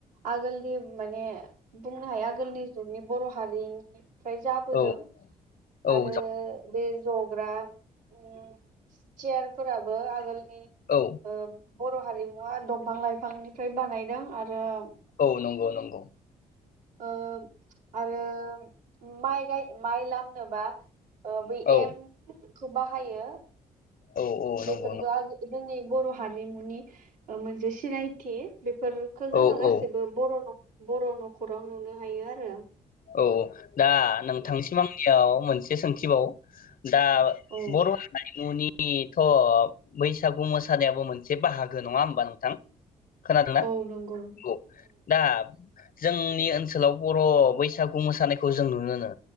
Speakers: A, on the right; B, on the left.
A: आगोलनि माने बुंनो हाया आगोलनि जुगनि बर' हारिनि फ्राय जाबोदों
B: औ औ
A: आरो
B: जा-
A: बे जग्रा उम सियारफोराबो आगोलनि।
B: औ
A: ओब बर' हारिमुआ दंफां लाइफांनिफ्राय बानायदों आरोब
B: औ नंगौ नंगौ
A: ओब आरों माइ गाय माइ लामनोबा ओ बै
B: औ
A: एम खौ बाहायो।
B: औ औ
A: बेफोरबो
B: नंगौ नंगौ
A: आगो जोंनि बर' हारि हारिमुनि ओ मोनसे सिनाय थि बेब बेफोरखो जोङो
B: औ
A: गासिबो
B: औ
A: बर' न'ख बर' न'खराव नुनो हायो आरो
B: औ औ दा नोंथांसिम आांनियाव मोनसे सोंथिबाव।।। दा
A: औ
B: बर' हारिमुनि नि थ' बैसागु मोसानायाबो मोनसे बाहागो नङा होमबा नोंथां? खोनादोंना
A: औ नंगौ
B: औ दा जोंनि ओनसोलाव बर' बै बैसागु मोसानायखौ जों नुनो मोनो